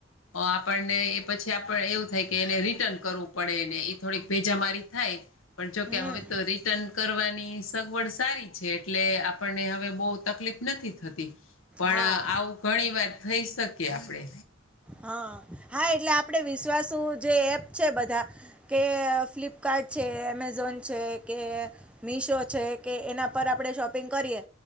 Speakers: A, on the left; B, in the centre.
A: આપણને એ પછી આપડ એવું થાય કે એને રિટર્ન કરવું પડેને એ થોડીક ભેજામારી થાય પણ જોકે
B: હમ
A: હવે તો રિ ટર્ન કરવાની સગવડ સારી છે એટલે આપણને હવે બોવ તકલીફ નથી થતી. પણ
B: હા
A: આવું ઘણી વાર થઈ શકીએ આપડે.
B: હા, હા એટલે આપડે વિશ્વાસું જે એપ છે બધા કે ફ્લિપકાર્ટ છે એમેઝોન છે કે મીશો છે કે એના પર આપડે શોપિંગ કરીએ